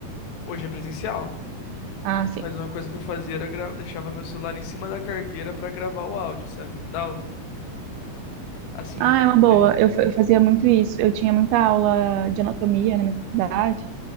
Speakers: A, on the left; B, on the right.
A: Hoje é presencial,
B: Ah, sim.
A: mas uma coisa que eu fazia era gra- deixava meu celular em cima da carteira pra gravar o áudio, sabe? Na aula. Assim
B: Ah,
A: eu
B: é uma boa.
A: poderia.
B: Eu, fa- eu fazia muito isso. Eu tinha muita aula de anatomia na minha faculdade,